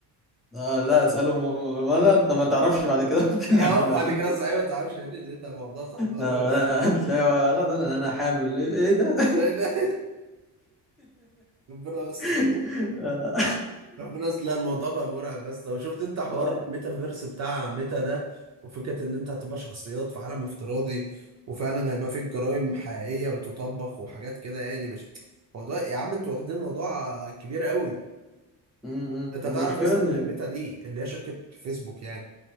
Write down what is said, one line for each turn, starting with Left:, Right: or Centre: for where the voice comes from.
Centre: آه لا اسألهم هم ما لا انت ما تعرفش بعد كده
Right: <laughs>
Centre: <laughs> ممكن
Right: اه
Centre: يعملوا
Right: بعد
Centre: ايه <laughs> بقى.
Right: كده صحيح ما تعرفش يعني ليه ده موضوع صعب قوي
Centre: آه
Right: يا اسطى
Centre: لا هتلاقي لا لا لا، انا حامل ايه إيه ده
Right: ايه ده <laughs> ربنا يستر
Centre: <laughs> آه
Right: ربنا يستر. لا الموضوع بقى مرعب بس لو شفت انت حوار
Centre: <laughs> آه.
Right: الميتافيرس بتاع ميتا ده وفكرة ان انت هتبقى شخصيات في عالم افتراضي وفعلا هيبقى فيك جرائم حقيقية بتطبق وحاجات كده يعني مش موضوع يا عم انتوا واخدين الموضوع كبير قوي
Centre: م- م.
Right: انت تعرف
Centre: المشكلة
Right: اصلا
Centre: ان
Right: ان ميتا دي اللي هي شركة فيسبوك يعني